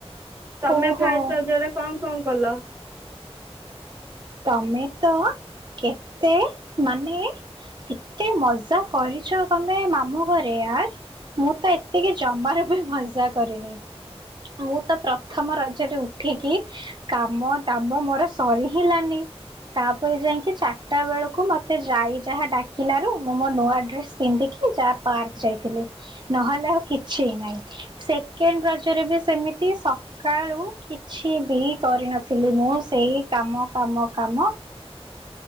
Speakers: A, on the right; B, on the right.
A: ତମେ
B: ଓହୋ
A: ଫାଷ୍ଟ ରଜରେ କଁ କଁ କଲ?
B: ତମେ ତ କେତେ ମାନେ ଏତେ ମଜାକ କରିଛ ତମେ ମାମୁ ଘରେ ୟାର୍ ମୁଁ ତ ଏତେକି ଜମାରୁ ବି ମଜା କରିନି। ମୁଁ ତ ପ୍ରଥମ ରଜରେ ଉଠିକି କାମ ଦାମ ମୋର ସରି ହିଁ ହେଲାନି। ତାପରେ ଯାଇକି ଚାର ଟା ବେଳକୁ ମତେ ଜାଇ ଯାହା ଡାକିଲାରୁ ମୁଁ ମୋ ନୂଆ ଡ୍ରେସ୍ ପିନ୍ଧିକି ଯା ପାର୍କ ଯାଇଥିଲି ନହେଲେ ଆଉ କିଛି ନାହିଁ ସେକେଣ୍ଡ ରଜରେ ବି ସେମିତି ସ କାଳୁ କିଛି ବି କରିନଥିଲି ମୁଁ ସେଇ କାମ କାମ କାମ।
A: <unintelligible>